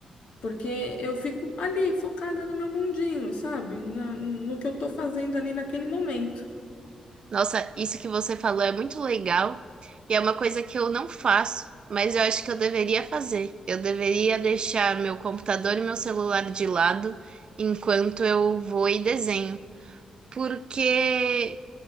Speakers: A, on the left; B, on the right.
A: porque eu fico ali focada no meu mundinho, sabe? Na- no que eu tô fazendo ali naquele momento.
B: Nossa, isso que você falou é muito legal e é uma coisa que eu não faço, mas eu acho que eu deveria fazer. Eu deveria deixar meu computador e meu celular de lado enquanto eu vou e desenho, porque